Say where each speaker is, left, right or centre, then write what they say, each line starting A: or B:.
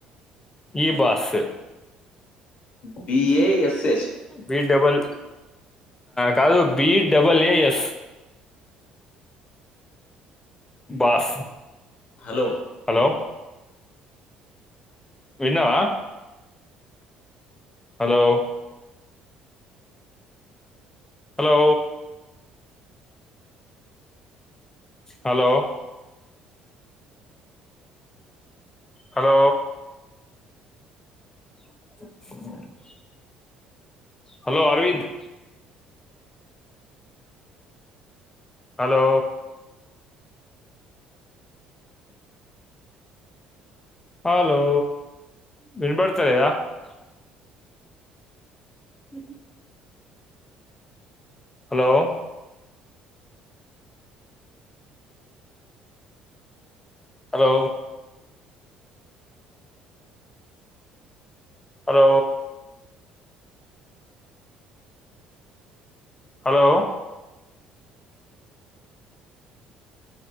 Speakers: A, on the left; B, on the left.
A: ఈ boss
B: BA SS
A: B double కాదు B double A S boss
B: hello
A: లో విన్నవా హలో హలో హలో హలో అ హలో అరవింద్ హలో హలో విన్బడత <unintelligible> ఉ hello hello hello hello